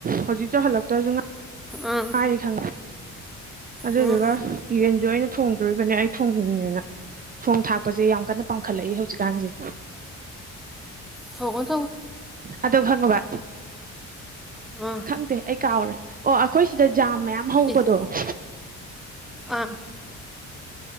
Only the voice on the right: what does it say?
ꯍꯧꯖꯤꯛꯇꯣ ꯍꯜꯂꯛꯇ꯭ꯔꯁꯨ ꯉꯥꯏꯔꯤ
ꯈ ꯑꯗꯨꯗꯨꯒ
ꯌꯦꯟꯁꯨ ꯑꯩꯅ ꯊꯣꯡꯗꯣꯔꯤꯕꯅꯦ ꯑꯩ ꯊꯣꯡꯅꯤꯡꯉꯦꯅ ꯊꯣꯡ ꯊꯥꯛꯄꯁꯦ ꯌꯥꯝ ꯀꯟꯅ ꯄꯥꯡꯈꯠꯂꯛꯏ ꯍꯧꯖꯤꯛꯀꯥꯟꯁꯦ
ꯑꯗꯣ ꯍꯉ ꯋꯥ
ꯈꯪꯗꯦ ꯑꯩ ꯀꯥꯎꯔꯦ ꯑꯣ ꯑꯩꯈꯣꯏ ꯁꯤꯗ ꯖꯥꯝ ꯃꯌꯥꯝ ꯍꯧꯕꯗꯣ
<inaudible>